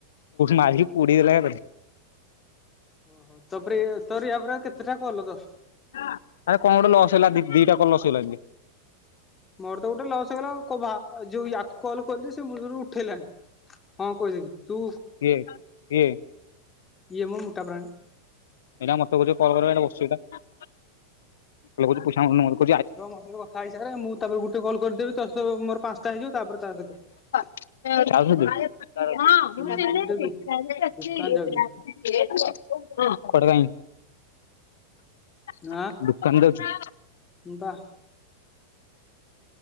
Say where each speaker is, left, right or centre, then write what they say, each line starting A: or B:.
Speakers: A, on the left (about 60°); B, on the left (about 20°).
A: ମରି ପୋଡି ଦେଲା
B: ଓହୋ! ତାପରେ ତୋର ଆପରେ ଆଉ କେତେଟା କଲ। ଦଶ
A: ଆରେ କଣ ଗୋଟେ ଲସ୍ ହେଲା ଦିଟା କଣ ଲସ ହେଇଲା
B: ମୋର ତ ଗୋଟେ ଲସ ହେଗଲା କ ଯୋଉ ୟାକୁ କଲ କଲି ସେ ମୂଳରୁ ଉଠେଇଲାଣି। ହଁ କହିଥିଲ ତୁ?
A: କିଏ କିଏ?
B: ଇଏମ ମୁଟା ବ୍ରାନ।
A: ଏଇଟା ମତେ ବୋଧେ ବସିଚି ଏଟା। ଲୋ କରି ପଇସା ନବା କ
B: ତ ମୋ ସହିତ କଥା ହେଇସାରେ ମୁଁ ତାପରେ ଗୋଟେ କଲ କରିଦେବି ତ ସହିତ ମୋର ପାଞ୍ଚଟା ହେଇଯିବ ତାପରେ ତା ସହିତ
A: ଆଉ କୋଉଠି? ହଁ
B: ହୁଁ ମୁଁ ଟିକେ
A: <unintelligible>
B: ଦୋକାନ ଯାଉଛି
A: ହ। <unintelligible>
B: ଆଁ ପା